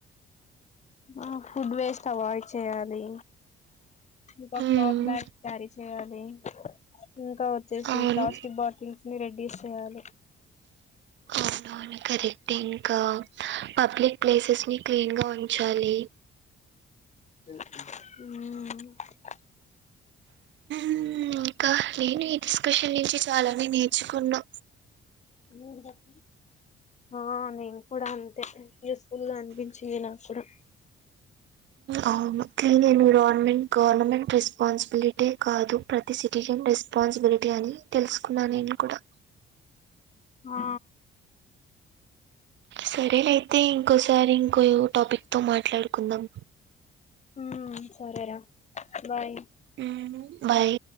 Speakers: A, on the left; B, on the right.
A: ఆ ఫుడ్ వేస్ట్ అవైడ్ చేయాలి ఇంకా
B: హ్మ్.
A: క్లాప్ బ్యాగ్స్ క్యారీ చేయాలి ఇంకా వచ్చేసి
B: అవును.
A: ప్లాస్టిక్ బాటిల్స్ మీ రెడ్డీస్ చేయాలి
B: అవునవును కరెక్టే ఇంకా పబ్లిక్ ప్లేసెస్ని క్లీన్గా ఉంచాలి
A: మ్ అ
B: మ్ ఇంకా నేను ఈ డిస్కషన్ నుంచి చాలానే నేర్చుకున్నా
A: నూరు దఫ ఆ నేను కూడా అంతే స్కూల్గా అనిపించింది నాకు కూడా
B: అవును క్లీన్ ఎన్విరాన్మెంట్ గవర్నమెంట్ెస్ స్పాన్సిబిలిటీ కాదు ప్రతి సిటిజన్ రెస్పాన్సిబిలిటీ అని తెలుసుకున్నాను నేను కూడా
A: ఆ
B: సరేలే అయితే ఇంకోసారి ఇంకో న్యూ టాపిక్ తో మాట్లాడుకుందాం
A: మ్ సరేరా బాయ్
B: మ్ బాయ్